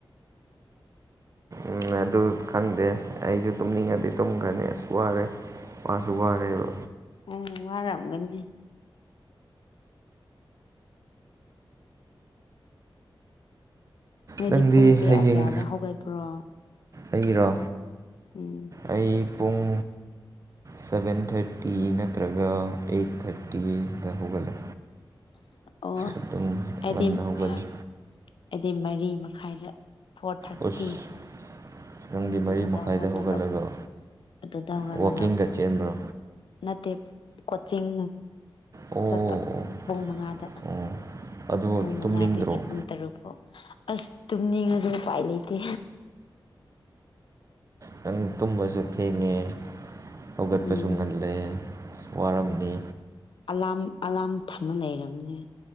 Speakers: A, on the right (about 40°); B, on the left (about 70°).
A: ꯎꯝ ꯑꯗꯨ ꯈꯪꯗꯦ ꯑꯩꯁꯨ ꯇꯨꯝꯅꯤꯡꯉꯗꯤ ꯇꯨꯝꯈ꯭ꯔꯅꯤ ꯑꯁ ꯋꯥꯔꯦ ꯃꯥꯁꯨ ꯋꯥꯔꯦꯕ
B: ꯎꯝ ꯋꯥꯔꯝꯒꯅꯤ ꯅꯣꯏꯗꯤ
A: ꯅꯪꯗꯤ
B: ꯄꯨꯡ ꯀꯌꯥ
A: ꯍꯌꯦꯡ
B: ꯀꯌꯥꯗ ꯍꯧꯒꯠꯄ꯭ꯔꯣ
A: ꯑꯩꯔꯣ
B: ꯎꯝ
A: ꯑꯩ ꯄꯨꯡ ꯁꯕꯦꯟ ꯊꯔꯇꯤ ꯅꯠꯇ꯭ꯔꯒ ꯑꯩꯠ ꯊꯔꯇꯤꯗ ꯍꯧꯒꯠꯂꯦ
B: ꯑꯣ
A: ꯑꯗꯨꯝ
B: ꯑꯩꯗꯤ
A: ꯉꯟꯅ ꯍꯧꯒꯠꯂꯦ
B: ꯑꯩꯗꯤ ꯃꯔꯤ ꯃꯈꯥꯏꯗ ꯐꯣꯔ ꯊꯥꯔꯇꯤ
A: ꯑꯁ ꯅꯪꯗꯤ ꯃꯔꯤ
B: ꯇꯨꯗꯨꯗ
A: ꯃꯈꯥꯏꯗ
B: ꯍꯧꯒꯠꯂꯒꯞ
A: ꯍꯧꯒꯠꯂꯒ
B: ꯑꯗꯨꯗ ꯍꯧꯒꯠꯂꯒꯞ
A: ꯋꯥꯛꯀꯤꯡꯒ ꯆꯦꯟꯕ꯭ꯔꯣ
B: ꯅꯠꯇꯦꯞ ꯀꯣꯆꯤꯡ
A: ꯑꯣ
B: ꯆꯠꯄ
A: ꯑꯣ
B: ꯄꯨꯡ ꯃꯉꯥꯗ
A: ꯑꯣ ꯑꯗꯨ
B: ꯄꯨꯡ
A: ꯇꯨꯝꯅꯤꯡꯗ꯭ꯔꯣ
B: ꯃꯉꯥꯗꯒꯤ ꯄꯨꯡ ꯇꯔꯨꯛꯐꯧ ꯑꯁ ꯇꯨꯝꯅꯤꯡꯉꯗꯤ ꯎꯄꯥꯏ ꯂꯩꯇꯦ
A: ꯅꯪ ꯇꯨꯝꯕꯁꯨ ꯊꯦꯡꯉꯦ ꯍꯧꯒꯠꯄꯁꯨ
B: ꯎꯝ
A: ꯉꯜꯂꯦ ꯋꯥꯔꯝꯅꯤ
B: ꯑꯂꯥꯝ ꯑꯂꯥꯝ ꯊꯝꯃ ꯂꯩꯔꯝꯅꯦ